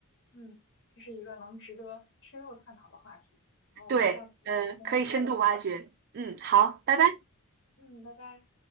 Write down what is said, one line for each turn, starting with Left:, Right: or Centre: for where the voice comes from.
Left: 嗯，这是一个能值得深入探讨的话题。然后我们下次有时间再聊。
Right: 对，呃，可以深度挖掘。嗯，好，拜拜。
Left: 嗯，拜拜。